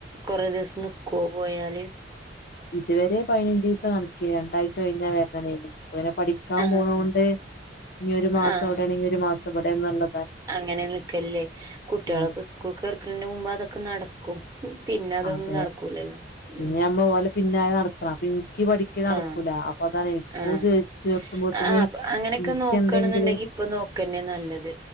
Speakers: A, on the right; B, on the left.
A: കൊറേ ദിവസം നിക്കോ പോയാല്
B: ഇതുവരെ പതിനഞ്ചിസം കണക്കെര്ന്ന് രണ്ടാഴ്ച കഴിഞ്ഞ വരണതേന് ഇങ്ങനെ പഠിക്കാൻ
A: ആഹ്
B: പോണോണ്ട് ഇനി ഒരു മാസം
A: ആഹ്
B: അവിടെയാണെങ്കിൽ ഒരു മാസം ഇവിടെന്നുള്ള
A: അങ്ങനെ നിക്കല് ല്ലേ കുട്ട്യാളൊക്കെ
B: ഉം
A: സ്കൂൾക്ക് കേറക്ക്ണേന്റെ മുമ്പെ അതൊക്കെ നടക്കും പിന്നെ അതൊന്നും
B: അതെ
A: നടക്കൂലല്ലോ ഉം
B: ഇനി ആമ്പൊ ഓലെ പിന്നാലെ നടക്കണം അപ്പൊ ഇനിക്ക് പഠിക്കല് നടക്കൂല
A: ആഹ്
B: അപ്പൊ അതാണ് സ്കൂൾ
A: ആഹ്
B: ചേ ചേർത്തുമ്പോത്തിന്
A: ആഹ് അങ്ങനെക്കെ
B: ഇനിക്ക്
A: നോക്കാണെന്നുണ്ടെങ്കി
B: എന്തെങ്കിലും
A: ഇപ്പൊ നോക്കന്നെ നല്ലത്